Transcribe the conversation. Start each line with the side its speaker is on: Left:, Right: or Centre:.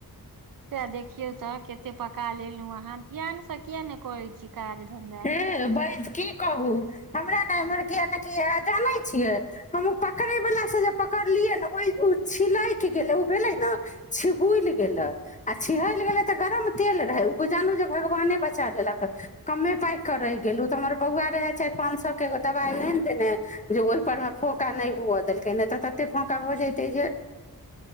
Right: से देखियौ तऽ ओते पका लेलहुँ अहाँ ध्यानसँ कििया नहि करैत छी काज धन्धा
Left: हे बैज की कहू हमरा ने एम्हर कि नहि कि जानै छियै हम पकड़ैवलाासँ जे पकड़लियै ने ओहि ओ छिलकि गेलै ओ भेलै ने छिहुल गेलै आ छिहल गेलै तऽ गरम तेल रहै ओ जानू जे भगवाने बचा लेलक कममे पाकि कऽ रहि गेलहुँ तऽ हमर बौआ रहय चारि पाँच सएके एगो दबाइ ल ने देने जे ओहिपरमे फौँका नहि हुअ देलकै नहि तऽ ततेक फौँका भऽ जयतै जे